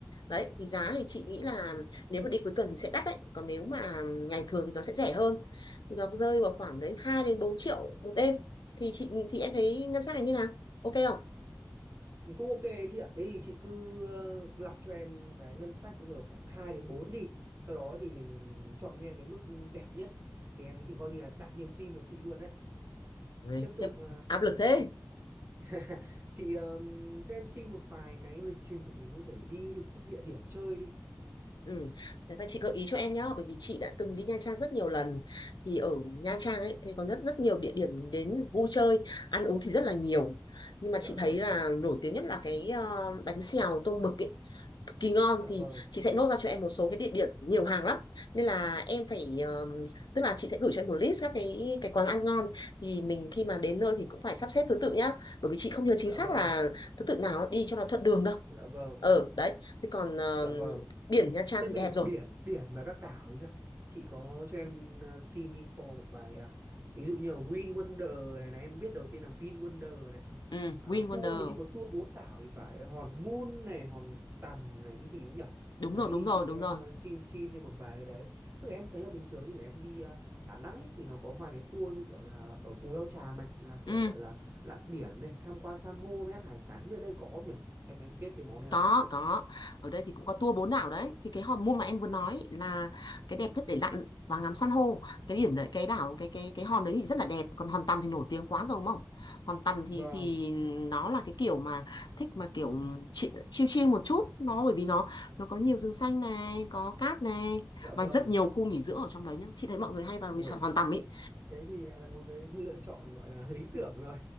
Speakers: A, on the left (about 80°); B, on the right (about 35°).
A: Đấy, thì giá thì chị nghĩ là nếu mà đi cuối tuần thì sẽ đắt đấy, còn nếu mà ngày thường thì nó sẽ rẻ hơn thì nó rơi vào khoảng đấy 2 đến 4 triệu một đêm thì chị thì em thấy ngân sách này như nào ok không
B: Ừ, cũng ok ấy chị ạ thế thì chị cứ ờ, lọc cho em cái ngân sách bây giờ khoảng 2 đến 4 đi sau đó thì mình chọn cho em cái mức đẹp nhất thì em <laughs> coi như là đặt niềm tin vào chị luôn đấy
A: Đấy,
B: tiếp tục
A: khiếp,
B: ờ,
A: áp lực thế
B: <laughs> chị ờm, cho em xin một vài cái lịch trình để mình có thể đi đi các địa điểm chơi đi
A: ừ. Đấy, và chị gợi ý cho em nhá bởi vì chị đã từng đi Nha Trang rất nhiều lần thì ở Nha Trang ấy thì có rất rất nhiều địa điểm đến vui chơi ăn uống thì rất là nhiều nhưng mà
B: dạ
A: chị
B: vâng
A: thấy là nổi tiếng nhất là cái ờ, bánh xèo tôm mực ấy cực kỳ ngon
B: dạ
A: thì
B: vâng
A: chị sẽ nốt ra cho em một số cái địa điểm nhiều hàng lắm nên là em phải ờ, tức là chị sẽ gửi cho em một list các cái cái quán ăn ngon thì mình khi mà đến nơi thì cũng phải sắp xếp thứ tự nhá bởi vì chị không nhớ chính
B: dạ
A: xác
B: vâng
A: là thứ tự nào đi cho nó thuận đường đâu
B: dạ vâng
A: ờ đấy thế còn ờ,
B: dạ vâng
A: biển Nha Trang
B: Thế
A: thì
B: về
A: đẹp rồi
B: biển, biển và các đảo ấy sao? Chị có cho em à, xin info một vài à, ví dụ như là Win Wonder này này em biết đầu tiên là Vin Wonder này.
A: ừ,
B: À,
A: Win Wonder
B: tour như có tour bốn đảo thì phải Hòn Mun này, Hòn Tầm này cái gì ấy nhỉ?
A: đúng
B: Đấy
A: rồi đúng
B: thì
A: rồi
B: chị
A: đúng
B: cho em
A: rồi
B: à, xin xin thêm một vài cái đấy. Tức là em thấy là bình thường như kiểu em đi à, Đà Nẵng ấy, thì nó có vài cái tour như kiểu là ở Cù Lao Chàm này là kiểu
A: ừ
B: gọi là lặn biển này, tham quan san hô với ăn hải sản không biết ở đây có không nhỉ? Em em kết cái món này
A: có
B: lắm.
A: có ở đây thì cũng có tour bốn đảo đấy thì cái hòn môn mà em vừa nói là cái đẹp nhất để lặn và ngắm san hô cái điểm đấy cái đảo cái cái cái hòn đấy thì rất là đẹp còn hòn tầm thì nổi tiếng quá rồi đúng không hòn tầm thì
B: Vâng,
A: thì nó là cái kiểu mà thích mà kiểu chi- chill chill một chút nó bởi vì nó nó có nhiều rừng xanh này có cát này
B: dạ
A: và
B: vâng.
A: rất nhiều khu nghỉ dưỡng ở trong đấy nhá chị thấy mọi người hay vào
B: Ui,
A: resort hòn tầm ấy
B: thế thì lại là một cái lựa chọn gọi là lý tưởng rồi